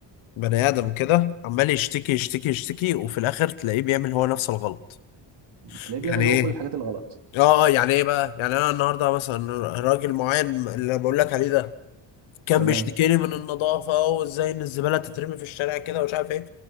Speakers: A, on the left; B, on the right.
A: بني ادم كده عمال يشتكي يشتكي يشتكي وفي الاخر تلاقيه بيعمل هو نفس الغلط
B: تلاقيه
A: يعني
B: بيعمل
A: ايه
B: هو كل الحاجات الغلط
A: اه آه، يعني ايه بقى يعني انا النهارده مثلا راجل معين اللي بقول لك عليه ده كان
B: تمام
A: بيشتكيني من النظافه وازاي ان الزباله تترمي في الشارع كده ومش عارف ايه